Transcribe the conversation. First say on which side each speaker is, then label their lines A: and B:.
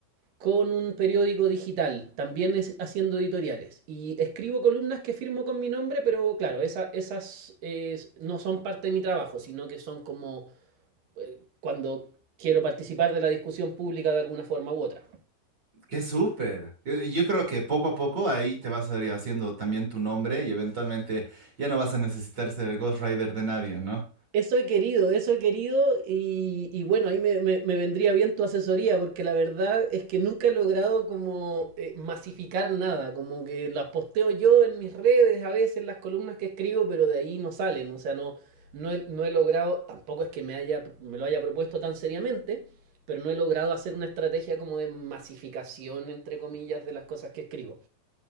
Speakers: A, on the right (about 60°); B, on the right (about 30°).
A: con un periódico digital, también es- haciendo editoriales. Y escribo columnas que firmo con mi nombre, pero claro, esa- esas eh, no son parte de mi trabajo, sino que son como eh, cuando quiero participar de la discusión pública de alguna forma u otra.
B: Qué súper. Eh, Yo creo que poco a poco ahí te vas a ir haciendo también tu nombre y eventualmente ya no vas a necesitar ser el Ghost Rider de nadie, ¿no?
A: Eso he querido, eso he querido y, y bueno, ahí me, me- me vendría bien tu asesoría porque la verdad es que nunca he logrado como eh, masificar nada, como que las posteo yo en mis redes, a veces en las columnas que escribo, pero de ahí no salen, o sea, no, no he, no he logrado, tampoco es que me haya, me lo haya propuesto tan seriamente, pero no he logrado hacer una estrategia como de masificación, entre comillas, de las cosas que escribo.